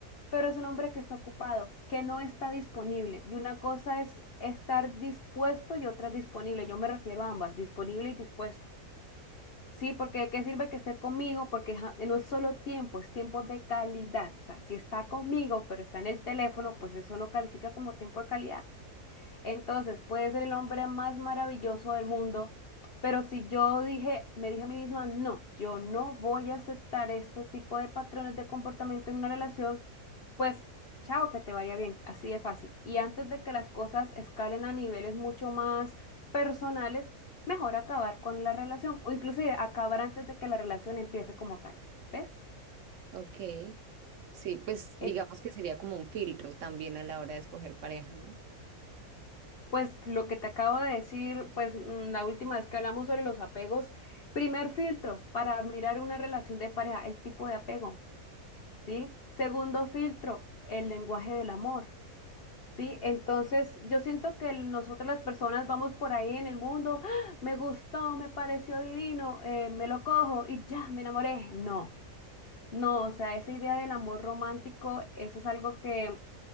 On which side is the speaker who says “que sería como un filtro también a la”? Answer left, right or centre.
Right